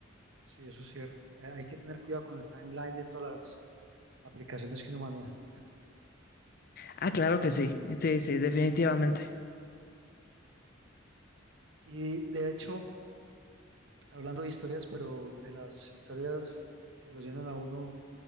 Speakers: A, on the right (about 65°); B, on the left (about 50°).
A: Sí, eso es cierto. Eh, hay que tener cuidado con el timeline de todas las aplicaciones que uno maneja.
B: Ah, claro que sí. Sí, sí, definitivamente.
A: Y de hecho, hablando de historias, pero de las historias que lo llenan a uno